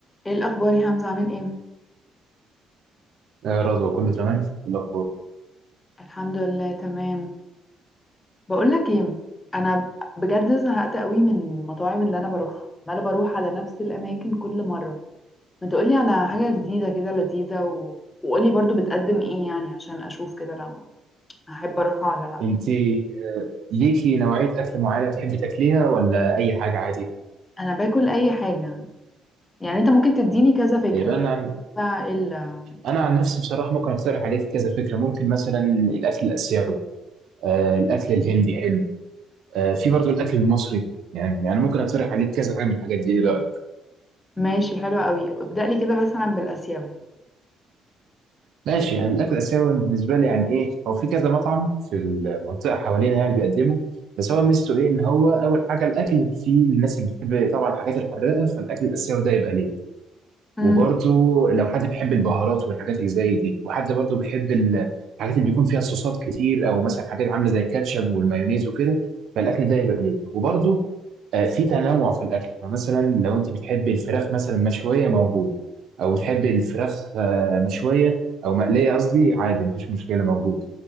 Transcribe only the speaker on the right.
آه، رضوى كله تمام إيه الاخبار
انت آه، ليكي نوعيه اكل معينه بتحبي تاكليها ولا اي حاجه عادي
آه، بقى انا عن...
انا عن نفسي بصراحه ممكن اقترح عليك كذا فكره ممكن مثلا الاكل الاسيوي آه، الاكل الهندي حلو آه، في برضو الاكل المصري يعني انا ممكن اقترح عليك كذا حاجه من الحاجات دي ايه رايك
ماشي يعني الاكل الاسيوي بالنسبه لي يعني ايه هو في كذا مطعم في المنطقه حوالينا يعني بيقدمه بس هو ميزته ايه ان هو اول حاجه الاكل في الناس اللي بتحب طبعا الحاجات الحراقه فالاكل الاسيوي ده يبقى ليه
وبرضو لو حد بيحب البهارات والحاجات اللي زي دي وحد برضو بيحب ال- الحاجات اللي بيكون فيها صوصات كتير او مثلا حاجات عامله زي الكاتشب والمايونيز وكده فالاكل ده يبقى ليه وبرضو آه، في تنوع في الاكل فمثلا لو انت بتحب الفراخ مثلا مشويه موجود او بتحب الفراخ آه، مشويه او مقليه قصدي عادي مفيش مشكله موجود